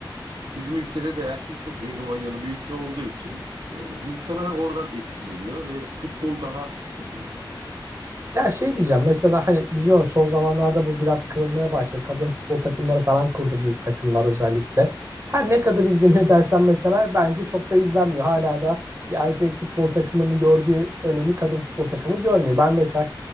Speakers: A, on the right; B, on the right.
A: bizim ülkede de erkek egomanyalı bir ülke olduğu için e, muhtemelen oradan etkileniyor ve futbol daha popüler.
B: Ya şey diyeceğim mesela
A: E,
B: hani biz diyoruz son zamanlarda bu biraz kırılmaya başladı. Kadın futbol takımları falan kurdu büyük takımlar özellikle. Her ne kadar izleniyor dersen mesela bence çok da izlenmiyor. Hala da bir erkek futbol takımının gördüğü önemi kadın futbol takımı görmüyor. Ben mesela